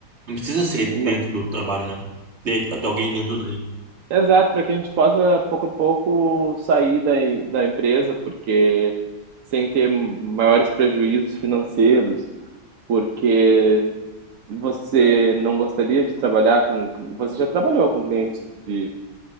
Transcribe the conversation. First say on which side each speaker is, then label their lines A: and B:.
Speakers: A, on the right; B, on the right.
A: Não precisa ser
B: não,
A: dentro do trabalho, né? De, de alguém dentro daí.
B: exato, para que a gente possa pouco a pouco sair da, da empresa, porque sem ter maiores prejuízos financeiros Porque você não gostaria de trabalhar com. Você já trabalhou com clientes de